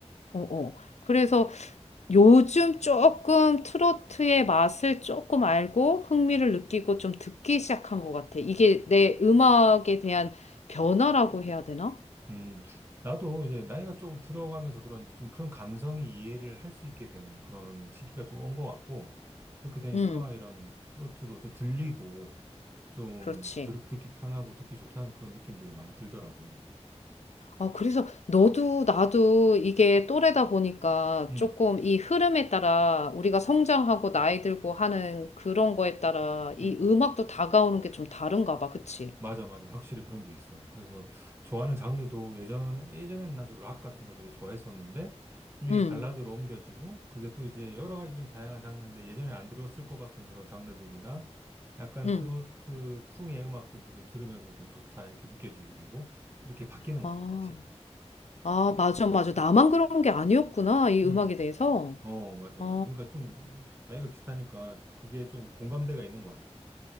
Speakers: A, on the left; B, on the right.
A: 어, 어. 그래서 요즘 조금 트로트의 맛을 조금 알고 흥미를 느끼고 좀 듣기 시작한 것 같아. 이게 내 음악에 대한 변화라고 해야 되나?
B: 음, 나도 이제 나이가 조금 들어가면서 그런지 좀 그런 감성이 이해를 할 수 있게 되는 그런 시기가 좀 온 것 같고, 그렇게 되니까
A: 음,
B: 이런 트로트도 좀 들리고, 좀
A: 그렇지.
B: 들, 듣기 편하고 듣기 좋다는 그런 느낌들이 많이 들더라고.
A: 아, 그래서 너도 나도 이게 또래다 보니까
B: 음,
A: 조금 이 흐름에 따라 우리가 성장하고 나이 들고 하는 그런 거에 따라 이
B: 음.
A: 음악도 다가오는 게 좀 다른가 봐. 그치?
B: 맞아, 맞아. 확실히 그런 게 있어. 그래서 좋아하는 장르도 예전, 예전에는 나도 락 같은 걸 되게 좋아했었는데, 좀 이게
A: 응,
B: 발라드로 옮겨지고, 그게 또 이제 여러 가지 좀 다양한 장르인데, 예전에 안 들었을 것 같은 그런 장르들이나, 약간
A: 응.
B: 트로트 풍의 음악들도 좀 들으면서도 좋다, 이렇게 느껴지게 되고, 이렇게 바뀌는
A: 아,
B: 것 같아, 확실히.
A: 아, 맞아, 맞아. 나만 그런 게 아니었구나. 이
B: 음,
A: 음악에
B: 음.
A: 대해서.
B: 어, 맞아,
A: 아,
B: 맞아. 그러니까 좀, 나이가 비슷하니까, 그게 좀 공감대가 있는 것 같아.